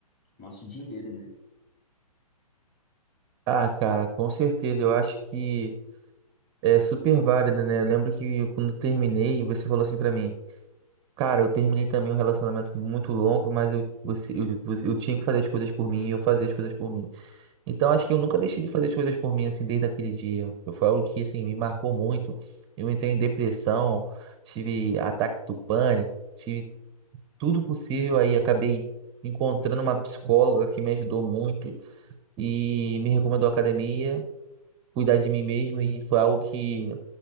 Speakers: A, on the left; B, on the right.
A: nosso dinheiro, né?
B: Ah, cara, com certeza, eu acho que é super válido, né? Eu lembro que quando eu terminei, você falou assim pra mim. Cara, eu terminei também um relacionamento muito longo, mas eu, você, eu, você- eu tinha que fazer as coisas por mim e eu fazia as coisas por mim. Então, acho que eu nunca deixei de fazer as coisas por mim, assim, desde aquele dia. Foi algo que, assim, me marcou muito. Eu entrei em depressão, tive ataque do pânico, tive tudo possível. Aí, acabei encontrando uma psicóloga que me ajudou muito e me recomendou a academia, cuidar de mim mesmo. E foi algo que